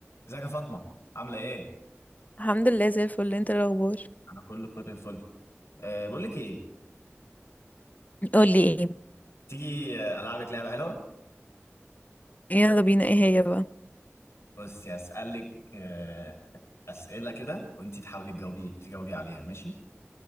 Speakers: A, on the left; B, on the left.
A: ازيك يا فاطمه عامله ايه
B: الحمد لله زي الفل انت ايه الاخبار
A: انا كله فل الفل أه بقول لك ايه
B: قولي ايه
A: تيجي آه، العبك لعبه حلوه
B: يلا بينا ايه هي بقى
A: بصي هسالك أه اسئله كده وانت تحاولي تجاوبي تجاوبي عليها ماشي